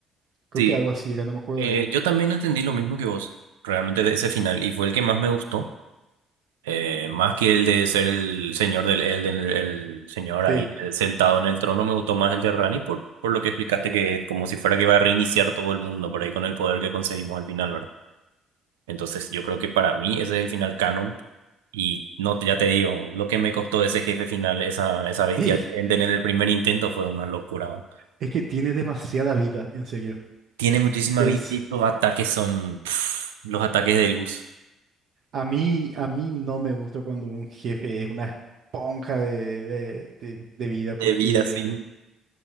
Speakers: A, on the right; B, on the right.
A: Creo
B: Sí,
A: que algo así era, no me acuerdo
B: eh,
A: bien.
B: yo también entendí lo mismo que vos, realmente de ese final, y fue el que más me gustó. Eh, más que el de ser el señor del Elden, el, el señor ahí
A: Sí.
B: eh, sentado en el trono, me gustó más el de Rani por, por lo que explicaste que es como si fuera que va a reiniciar todo el mundo por ahí con el poder que conseguimos al final, ¿verdad? Entonces yo creo que para mí ese es el final canon y no, ya te digo, lo que me costó ese jefe final, esa, esa bestia
A: <laughs>
B: Elden en el primer intento fue una locura. ¿no?
A: Es que tiene demasiada vida, en serio.
B: Tiene muchísima
A: Es,
B: vida y los ataques son pf, los ataques de luz,
A: a mí, a mí no me gusta cuando un jefe es una esponja de, de- de- de vida, porque,
B: de vida, sí.